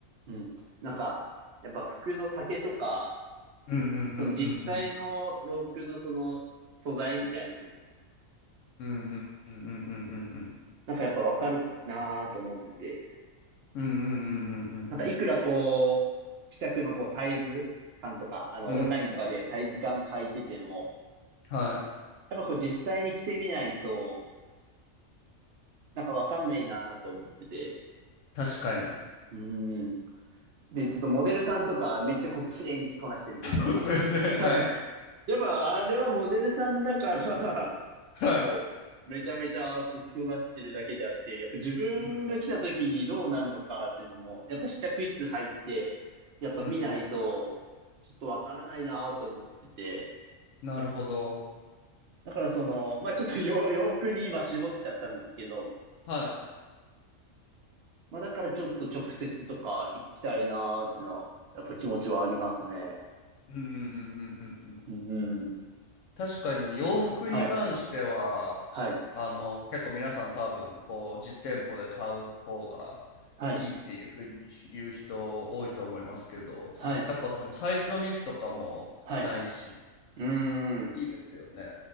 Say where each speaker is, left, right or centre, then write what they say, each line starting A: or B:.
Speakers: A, on the right; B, on the left.
A: うん。なんか、やっぱ服の丈とか、
B: うんうんうんうん
A: その実際の洋服のその素材みたいなの、
B: うんうんうんうんうんうんうん
A: なんかやっぱわかるなと思ってて。
B: うんうんうんうんうんうん
A: なんかいくらこう、試着のこうサイズ感とか、あのオンラインとかでサイズ感書いてても、
B: うんはい。
A: やっぱこう実際に着てみないと、なんかわかんないなと思ってて。
B: 確かに。
A: うん。で、ちょっとモデルさんとかめっちゃこう綺麗に着こなしてるじゃないですか。
B: そうっすよね。
A: <laughs>
B: はい。
A: やっぱあれはモデルさんだから
B: はい。
A: もう、めちゃめちゃこう着こなしてるだけであって、やっぱ自分が来た時にどうなるのかっていうのも、
B: うん
A: やっぱ試着室入って、やっぱ見ないと、
B: うんうん。
A: ちょっとわからないなと思ってて。
B: なるほど。
A: だからその、まあちょっと洋 <laughs> 洋服に今絞っちゃったんですけど、
B: はい。
A: まあだからちょっと直接とか行きたいなーっていうのは、やっぱ気持ちはありますね。
B: うんうんうんうんうんうん。
A: うん。
B: 確かに洋服に関しては、
A: はい。はい。
B: あの、結構皆さん多分、こう、実店舗で買う方が
A: はい。
B: いいっていうふうに言う人多いと思いますけど、
A: はい。
B: やっぱそのサイズのミスとかもないし、
A: はい。うーん。
B: いいですよね。